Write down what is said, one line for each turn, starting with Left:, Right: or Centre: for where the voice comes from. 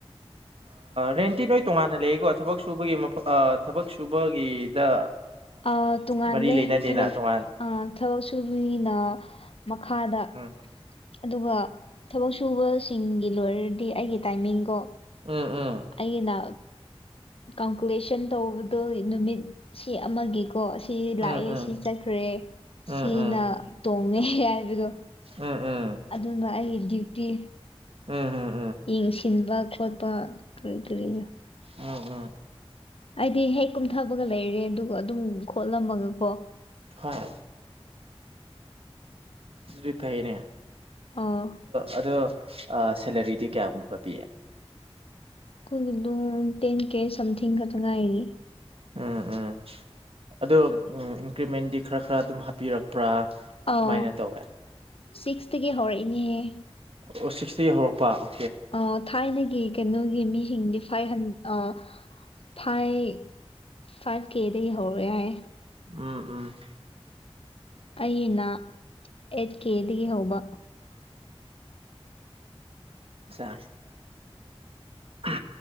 Right: ꯔꯦꯟꯇꯤ ꯅꯣꯏ ꯇꯣꯉꯥꯟꯅ ꯂꯩꯌꯦꯀꯣ ꯊꯕꯛ ꯁꯨꯕꯒꯤ ꯃꯐꯝ ꯊꯕꯛ ꯁꯨꯕꯒꯤꯗ
Left: ꯑ ꯇꯣꯉꯥꯜꯂꯦ
Right: ꯃꯔꯤ ꯂꯩꯅꯗꯦꯅ
Left: ꯊꯕꯛ
Right: ꯇꯣꯉꯥꯟ
Left: ꯑ ꯊꯕꯛ ꯁꯨꯕꯤꯅ ꯃꯈꯥꯗ
Right: <inaudible>
Left: ꯑꯗꯨꯒ ꯊꯕꯛ ꯁꯨꯕꯁꯤꯡꯒꯤ ꯂꯣꯏꯔꯗꯤ ꯑꯩꯒꯤ ꯇꯥꯏꯃꯤꯡ ꯀꯣ
Right: ꯎꯝ
Left: ꯑꯩꯅ ꯀꯥꯜꯀꯨꯂꯦꯁꯟ ꯇꯧꯕꯗꯣ ꯅꯨꯃꯤꯠ ꯁꯤ ꯑꯃꯒꯤ ꯀꯣ ꯁꯤ
Right: ꯎꯝ
Left: ꯂꯥꯛꯑꯦ
Right: ꯎꯝ
Left: ꯁꯤ ꯆꯠꯈ꯭ꯔꯦ
Right: ꯎꯝ
Left: ꯁꯤꯅ
Right: ꯎꯝ
Left: ꯇꯣꯡꯉꯦ ꯍꯥꯏꯕꯗꯣ
Right: ꯎꯝ
Left: ꯑꯗꯨꯅ ꯑꯩꯒꯤ ꯏ
Right: ꯎꯝ ꯍꯝ
Left: ꯌꯦꯡꯁꯤꯟꯕ ꯈꯣꯠꯄ ꯀꯔꯤ ꯀꯔꯤꯅꯣ
Right: ꯎꯝ ꯎꯝ
Left: ꯑꯗꯨꯗꯤ ꯍꯦꯛ ꯀꯨꯝ ꯄꯠꯊꯕꯒ ꯂꯩꯔꯦ ꯑꯗꯨꯒ ꯑꯗꯨꯝ ꯈꯣꯠꯂꯝꯃꯒꯀꯣ
Right: ꯍꯣꯏ ꯑꯗꯨꯗꯤ ꯐꯩꯅꯦ
Left: ꯑ ꯑꯩꯈꯣꯏꯒꯤ
Right: ꯑꯗꯣ ꯑꯣ ꯁꯦꯂꯔꯤ ꯗꯤ ꯀꯌꯥꯒꯨꯝꯛꯀ ꯄꯤꯑꯦ
Left: ꯑꯩꯈꯣꯏꯒꯤ ꯑꯗꯨ ꯇꯦꯟ ꯀꯦꯁ ꯁꯝꯊꯤꯡ ꯈꯛꯇ ꯉꯥꯏꯔꯤ
Right: ꯎꯝ ꯎꯝ ꯑꯗꯣ ꯏꯟꯀ꯭ꯔꯤꯃꯦꯟꯗꯤ ꯈꯔ ꯈꯔ ꯑꯗꯨꯝ ꯍꯥꯞꯄꯤꯔꯛꯄ꯭ꯔꯥ
Left: ꯑꯥꯎ
Right: ꯀꯃꯥꯏꯅ ꯇꯧꯋꯦ
Left: ꯁꯤꯛꯁꯇꯒꯤ ꯍꯧꯔꯛꯏꯅꯦꯍꯦ
Right: ꯑꯣ ꯁꯤꯛꯁꯇꯤ ꯍꯧꯔꯛꯄ ꯑꯣ
Left: ꯑ ꯊꯥꯏꯅꯒꯤ ꯀꯩꯅꯣꯒꯤ ꯃꯤꯁꯤꯡꯗꯤ ꯐꯥꯏꯚ ꯍꯟ ꯑ ꯐꯥꯏꯚ ꯐꯥꯏꯚ ꯀꯦꯗꯒꯤ ꯍꯧꯔ ꯌꯥꯔꯦ
Right: ꯎꯝ ꯎꯝ
Left: ꯑꯩꯅ ꯑꯩꯠ ꯀꯦꯗꯒꯤ ꯍꯧꯕ
Right: ꯁꯥ ꯑ